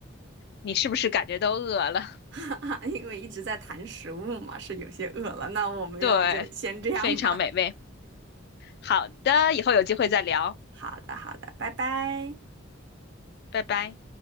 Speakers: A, on the left; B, on the right.
A: 你是不是感觉都饿了？
B: <laughs> 因为一直在谈食物嘛，是有些饿了。那我们要不就先这样吧。
A: <laughs> 对，非常美味。好的，以后有机会再聊，
B: 好的，好的，拜拜。
A: 拜拜。